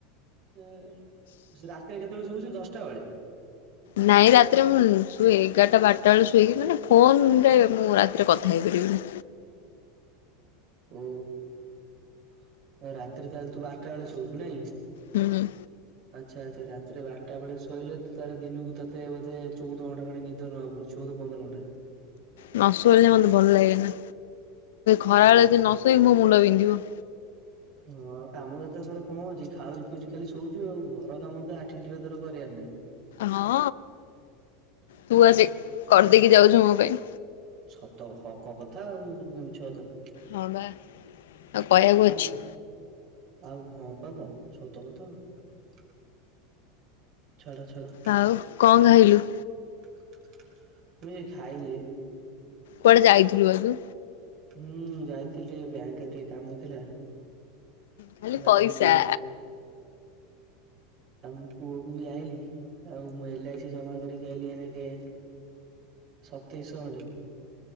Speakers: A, on the right; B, on the left.
A: ରାତିରେ କେତେବେଳେ ଶୋଉଚୁ ଦଶଟା ବେଳେ?
B: ନାଇଁ ରାତିରେ ମୁଁ ଶୁଏ ଏଗାରଟା ବାରଟା ବେଳେ ଶୋଇକି ମାନେ ଫୋନ୍ ରେ ମୁଁ ରାତିରେ କଥା ହେଇପାରିବିନି।
A: ଓହୋ ରାତିରେ ତାହେଲେ ତୁ ବାରଟା ବେଳେ ଶୋଉଚୁ ନାଇଁ?
B: ହୁଁ- ହୁଁ।
A: ଆଚ୍ଛା ଆଚ୍ଛା ରାତିରେ ବାର୍ ଟା ବେଳେ ଶୋଇଲେ ତାପରେ ଦିନକୁ ତତେ ବୋଧେ ଚଉଦ ଘଣ୍ଟା ଖଣ୍ଡେ ନିଦ ନବାକୁ ପଡୁଚି। ଚଉଦ ପନ୍ଦର ଘଣ୍ଟା।
B: ନ ଶୋଇଲେ ମୋତେ ଭଲ୍ ଲାଗେନା ଖରା
A: ହୁଁ
B: ବେଳେ ଯଦି ନ ଶୋଇବି ମୋ ମୁଣ୍ଡ ବିନ୍ଧିବ।
A: ହଁ କାମ ତ ତୋର କଣ ଅଛି ଖାଉଚୁ ପିଉଚୁ ଖାଲି ଶୋଉଚୁ ଆଉ ଘର କାମ ତ ଆଠିଣି ଟେ ତୋର କରିବାର ନାହିଁ।
B: ହଁ ତୁ ଆସିକି କରିଦେଇକି ଯାଉଚୁ ମୋ ପାଇଁ।
A: ସତ ହକ କଥା ଆଉ ମୁଁ କଣ ମିଛ କଥା କହୁଚି।
B: ହଁ ବା ଆଉ କହିବାକୁ ଅଛି।
A: ପା ଆଉ ହଁ ପା କଣ ସତ କଥା ଆଉ। ଛାଡ଼ ଛାଡ଼।
B: ଆଉ କଣ୍ ଖାଇଲୁ?
A: ମୁଁ କିଛି ଖାଇନି ବେ।
B: କୁଆଡ଼େ ଯାଇଥିଲୁ ବା ତୁ?
A: ହୁଁ ଯାଇଥିଲି ଟିକେ ବ୍ୟାଙ୍କରେ ଟିକେ କାମ ଥିଲା।
B: ଖାଲି
A: ନା
B: ପଇସା।
A: ଆମ ପୁଅ ଆମ୍ ପୁଅକୁ ବି ଆଣିଲି ଆଉ ମୁଁ ଏଲ ଆଇ ସି ଜମା କରିକି ଆଇଲି ଏଇନାକେ। ସତେଇଶ ଖଣ୍ଡେ।